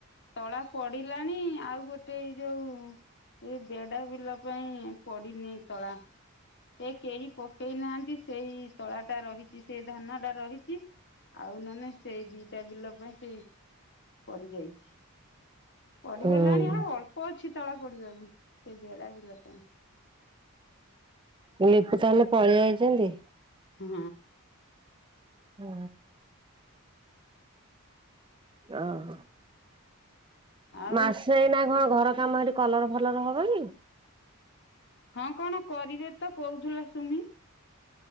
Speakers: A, on the left; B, on the right.
A: ତଳା ପଡିଲାଣି ଆଉ ଗୋଟେ ଏଇ ଯୋଉ ଏ ବେଡା ବିଲା ପାଇଁ ପଡିିନି ତଳା ଏ କେହି ପକେଇ ନାହାନ୍ତି ସେଇ ତଳା ଟା ରହିଚି ସେଇ ଧାନଟା ରହିଚି ଆଉ ନହେନେ ସେଇ ଦିଇଟା ବିଲ ପାଇଁ ସେଇ ପଡିଯାଇଚି ପଡିଗଲାଣି
B: ହୁଁ
A: ଆଉ ଅଳ୍ପ ଅଛି ତଳା ପଡିବାକୁ ସେଇ ବେଡା ବିଲା ପାଇଁ।
B: ଲିପୁ ତାହେଲେ ପଳେଇ ଆଇଚନ୍ତି?
A: ହୁଁ।
B: ଆଉ ଅ
A: ଆଉ
B: ମାସେ ଏଇନା କଣ ଘର ଆମ ଆଡେ କଲର ଫଲର ହବକି?
A: ହଁ କଣ କରିବେ ତ କୋହୁଥିଲା। <unintelligible>